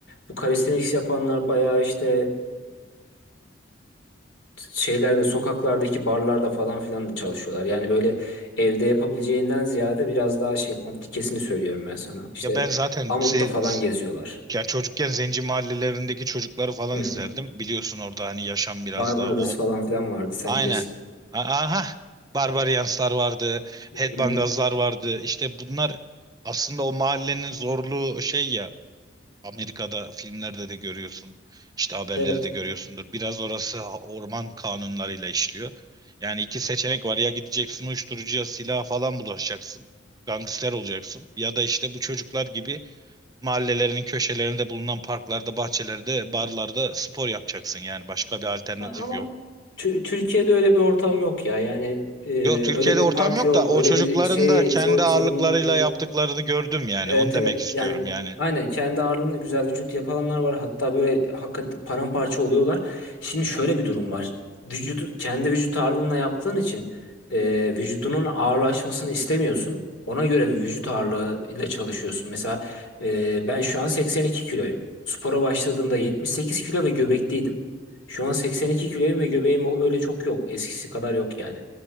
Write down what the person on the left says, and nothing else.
Bu kalistenik yapanlar bayağı işte şeylerde sokaklardaki barlarda falan filan da çalışıyorlar. Yani böyle evde yapabileceğinden ziyade biraz daha şey komplikesini söylüyorum ben sana. İşte
Amut'ta
falan
geziyorlar.
Hı hı.
Barbaros
falan filan vardı sen
bilirsin.
Hı
hı.
Evet.
Ama
Tü- Türkiye'de öyle bir ortam yok ya. Yani e,
öyle bir
park
yok,
öyle
bir şey
zor-
zorunluluk yok.
Evet
evet
yani
aynen kendi ağırlığında güzel vücut yapanlar var hatta böyle hakikaten paramparça oluyorlar. Şimdi şöyle bir durum var vücudu kendi vücut ağırlığına yaptığın için e, vücudunun ağırlaşmasını istemiyorsun ona göre bir vücut ağırlığı ile çalışıyorsun. Mesela e, ben şu an 82 kiloyum spora başladığımda 78 kilo ve göbekliydim şu an 82 kiloyum ve göbeğim o- öyle çok yok eskisi kadar yok yani